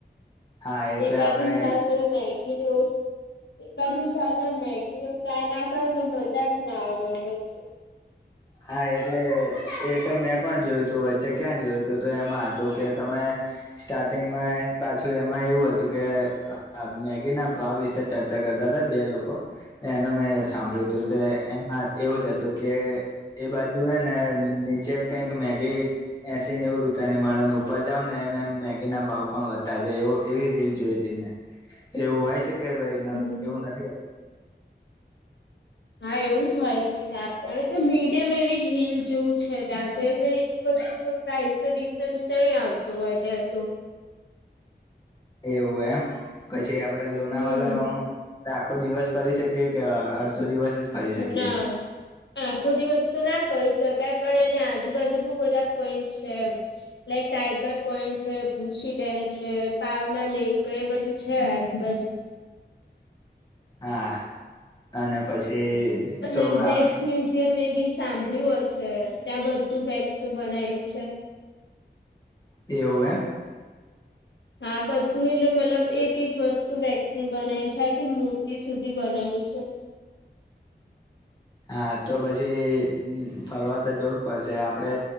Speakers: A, on the left; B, on the left.
A: હા એટલે
B: તે બાજુ
A: આપડે અહી
B: <inaudible> મેગી લેવ એ <inaudible> મગી ત કાય ના કર તો મજા બી ના આવે નોર્મલ
A: હા એટલે એ તો મેં પણ જોયું તું વચ્ચે ક્યાં જોયું તું તો એમાં હતું કે તમે સ્ટાર્ટિંગમાં પાછું એમાં એવું હતું કે મેગી ના ભાવ વિશે ચર્ચા કરતા હતા બે લોકો એનો મેં સાંભળ્યું
B: હમ
A: હતું તે એમાં એવું જ હતું કે એ બાજુ હ ને નીચે કઈક મેગી એસી નેવ રૂપિયાની મળન ઉપર જાવ ને એમ એમ મેગી ના ભાવ પણ વધતા જાય એવ એવી રીલ જોઈ હતી મેં એવું હોય છે કે ભાઈ
B: હમ
A: એવું નથી
B: હા એવું જ હોય છે ત્યાં પણ તો મીડિયમ એવી જ હિલ જોવું છે ત્યાં તો એટલે એટલું બધું તો પ્રાઇસ તો ડિફરન્સ ત્યાં આવતો હોય ત્યાં તો
A: એવું એમ પછી આપડે લોના
B: હમ
A: વાલામાં આપ આખો દિવસ પરી શકી કે અડધો દિવસ જ ફરી શકીએ
B: ના આખો દિવ વસ્તુ ના ફરી શકાય પણ એની આજુબાજુ બહ બધા પોઈન્ટ છે લાઈક ટાઈગર પોઈન્ટ છે પુશી ડેમ છે પાવના લેક ક એ બધું છે આજુબાજુ
A: હા અને પછી તો
B: અ
A: આપડે
B: વકસ જે મેં બી સાંભળ્યું હશે ત્યાં બધું બેગસ નું બનાયલું છે
A: તેવું એ
B: હા બધું એટલે મતલબ એક એક વસ્તુ વેક્સની બનાલી છે આખી મૂર્તિ સુધી બનાલું છે
A: હા તો પછી ફરવા તો જવું જ પડશે આપડે